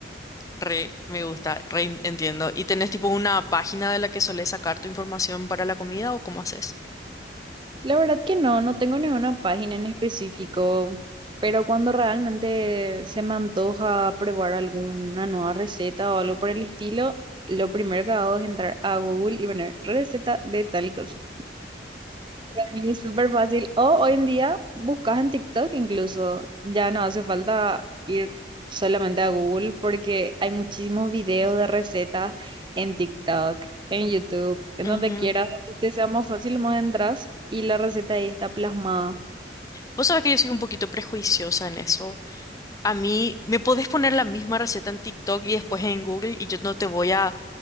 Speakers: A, on the left; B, on the right.
A: Re, me gusta, re en- entiendo. ¿Y tenés tipo una página de la que solés sacar tu información para la comida o cómo haces?
B: La verdad que no, no tengo ninguna página en específico, pero cuando realmente se me antoja probar alguna nueva receta o algo por el estilo, lo primero que hago es entrar a Google y poner receta de tal cosa. Para mí es súper fácil. O hoy en día buscas en TikTok incluso. Ya no hace falta ir solamente a Google porque hay muchísimos videos de recetas en TikTok, en YouTube, en donde
A: Ujú.
B: quieras, donde te sea más fácil, más entras y la receta ahí está plasmada.
A: Vos sabés que yo soy un poquito prejuiciosa en eso. A mí me podés poner la misma receta en TikTok y después en Google y yo no te voy a,